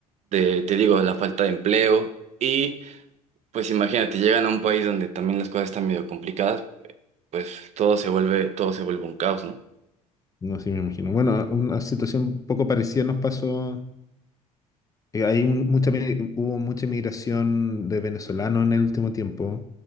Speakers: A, on the right (about 35°); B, on the left (about 20°).
A: de, te digo, la falta de empleo y, pues, imagínate, llegan a un país donde también las cosas están medio complicadas pues todo se vuelve, todo se vuelve un caos, ¿no?
B: No, sí me imagino. Bueno, una situación poco parecida nos pasó Eh, Hay un- mucha, mi- hubo mucha inmigración de venezolanos en el último tiempo.